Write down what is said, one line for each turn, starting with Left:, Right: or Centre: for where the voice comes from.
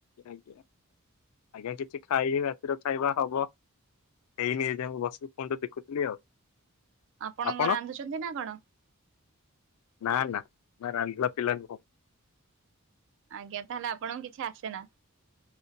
Left: ଆଜ୍ଞା-ଆଜ୍ଞା କିଛି ଖାଇନି ରାତିର ଖାଇବା ହବ। ହେଇନି ଏଯାଏ ମୁଁ ବସି ଫୋନ୍ ଦେଖୁଥିଲି ଆଉ।
Right: ଆପଣଙ୍କ
Left: ଆପଣ?
Right: ରାନ୍ଧୁଛନ୍ତି ନା କଣ?
Left: ନା-ନା ମା ରାନ୍ଧିବା ପିଲା ନୁହଁ।
Right: ଆଜ୍ଞା, ତାହଲେ ଆପଣଙ୍କୁ କିଛି ଆସେ ନା?